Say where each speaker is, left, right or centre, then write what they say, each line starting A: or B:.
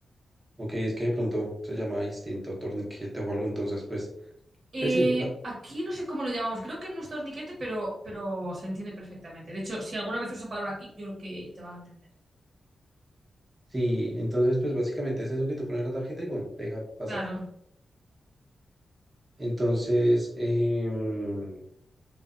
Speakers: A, on the right; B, on the right.
A: Ok, es que de pronto se llama distinto torniquete o algo, entonces, pues, pues
B: Eh,
A: sí, ba-
B: aquí no sé cómo lo llamamos. Creo que no es torniquete, pero, pero se entiende perfectamente. De hecho, si alguna vez usas la palabra aquí, yo creo que te van a entender.
A: sí, entonces, pues básicamente es eso que tú pones la tarjeta y bueno, te deja pasar.
B: Claro.
A: Entonces, em,